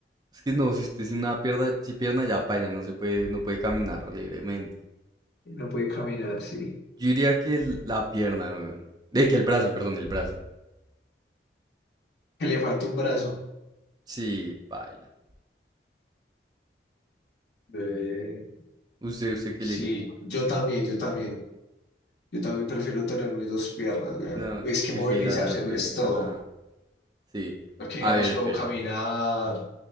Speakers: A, on the right (about 25°); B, on the left (about 65°).
A: Es que no, si usted sin una pierna, si pierna ya paila, no se puede, no puede caminar libremente.
B: No puede caminar, sí.
A: Yo diría que el- la pierna, weón. De que el brazo, perdón, el brazo.
B: Que le falte un brazo.
A: Sí, paila.
B: Eh,
A: Usted, usted qué
B: sí,
A: elige.
B: yo también, yo también. Yo también prefiero tener mis dos piernas, weón.
A: No,
B: Es
A: es
B: que
A: que
B: movilizarse
A: sí, la, la piernita,
B: lo es todo.
A: nada. Sí.
B: Porque,
A: A
B: digamos,
A: ver,
B: puedo
A: Perry.
B: caminar,